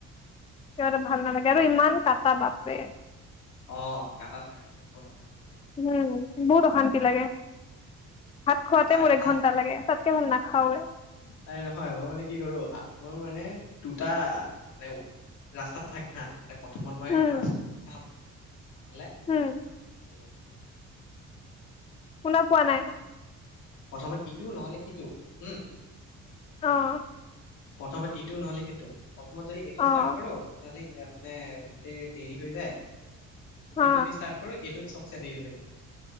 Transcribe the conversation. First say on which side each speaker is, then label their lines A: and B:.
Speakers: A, on the left; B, on the left.
A: সেইটো ভাল নালাগে আৰু ইমান কাটা বাপৰে।
B: অ' কাটা থকা বিলাক বহুত অশান্তি লাগে অ'।
A: উম
B: ঠিক
A: বহুত
B: ঠিক
A: অশান্তি লাগে ভাত
B: কাটা
A: খোৱাতে মোৰ
B: এটা
A: এক ঘন্টা লাগে তাত। <unintelligible> নাখাৱে
B: তাই নহয়, মই মানে কি কৰো! মোৰ মানে দুটা, মানে ৰাস্তা থাকে হা। মানে প্ৰথমত মই
A: উম
B: মাছটো খাম। হ'লে <unintelligible>
A: উম
B: <unintelligible>
A: শুনা পোৱা নাই
B: প্ৰথমত ইটোও নহ'লে সিটোও, উম।
A: অ'।
B: প্ৰথমত ইটো নহ'লে সিটো। প্ৰথমত যদি এইটো
A: অ
B: ষ্টাৰ্ট কৰোঁ, তেতিয়াহ'লে এয়া মানে গোটেই দেৰি হৈ যায়। সিটো
A: হা
B: যদি ষ্টাৰ্ট কৰো, এইটো চবচে দেৰি হৈ যাব।